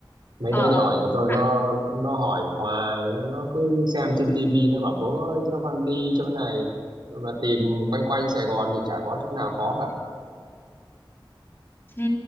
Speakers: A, on the right; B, on the left.
A: mấy
B: ờ
A: đứa nhỏ
B: ờ
A: nhà tôi
B: ông
A: nó nó hỏi hoài nó, nó cứ xem trên tivi nó bảo bố ơi cho con đi chỗ này mà tìm quanh quanh Sài Gòn thì chả có chỗ nào có cả
B: Ừ,